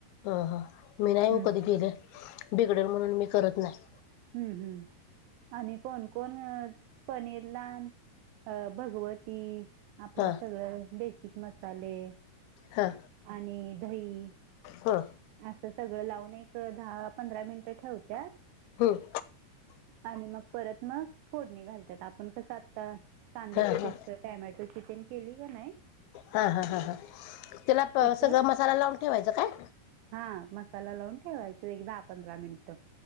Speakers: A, on the left (about 80°); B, on the right (about 80°).
A: ह हा मी नाय
B: हम्म
A: ओ कधी केले बिघडल म्हणून मी करत नाय.
B: हम्म हम्म. आणि कोण कोण पनीर ला अ भगवती आपलं
A: हा
B: सगळं बेसिक मसाले
A: हा
B: आणि दही,
A: ह
B: असं सगळं लावून एक दहा पंधरा मिनिटं ठेवत्या
A: हम्म.
B: आणि मग परत मग फोडणी घालतात आपण कसं आत्ता कांद्याची
A: हा हा
B: पेस्ट टॉमॅटोची तेन केली का नाही
A: हा हा हां हा, त्याला
B: तसं
A: सगळं मसाला लावून ठेवायचा काय?
B: ह, मसाला लावून ठेवायचं एक दहा पंधरा मिनिट.